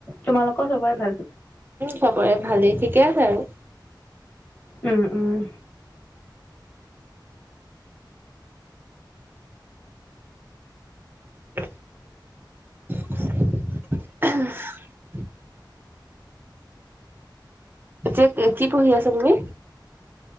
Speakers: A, on the left; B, on the right.
A: তোমালোকৰ চবৰে ভাল।
B: চবৰে ভালেই ঠিকে আছে আৰু।
A: উম - উম।
B: উম। যে কি পঢহি আছা তুমি